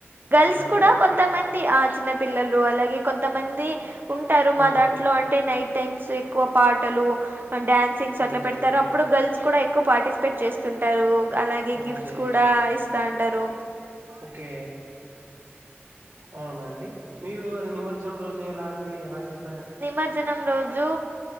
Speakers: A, on the right; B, on the right.
A: గర్ల్స్
B: అవునా అండి
A: కూడా కొంతమంది ఆ చిన్న పిల్లలు అలాగే కొంతమంది ఉంటారు మా
B: ఉమ్
A: దాంట్లో అంటే నైట్ టైమ్స్ ఎక్కువ పాటలు డ్యాన్సింగ్స్ అట్లా
B: ఓకే
A: పెడతారు అప్పుడు గర్ల్స్ కూడా ఎక్కువ పాటిస్ చేస్తుంటారు అలాగే గిఫ్ట్స్
B: ఓకే
A: కూడా ఇస్ తంటరు
B: ఓకే అవునా అండి మీరు అది నిమజ్జనం రోజు ఎలా అండి ఎలా చేస్
A: నిమజ్జనం రోజు